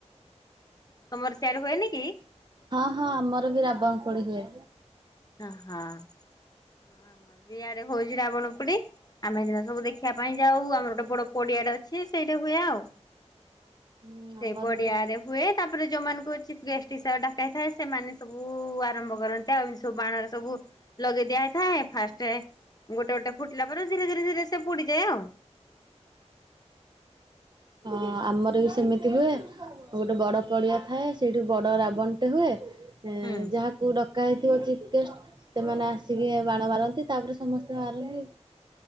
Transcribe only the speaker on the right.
ହଁ, ହଁ ଆମର ବି ରାବଣ ପୋଡି଼ ହୁଏ।
ହୁଁ ଆମର
ବି ଗୋଟେ
ହଁ ଆମର ବି ସେମିତି ହୁଏ। ଗୋଟେ ବଡ଼ ପଡ଼ିଆ ଥାଏ ସେଇଠୁ ବଡ଼ ରାବଣଟେ ହୁଏ
ଯାହକୁ କୁ ଡ଼କା ହେଇଥିବ ଚିଫ୍ ଗେଷ୍ଟ ସେମାନେ ଆସି କିସିକି ବାଣ ମାରନ୍ତି ତାପରେ ସମସ୍ତେ ମାରନ୍ତି।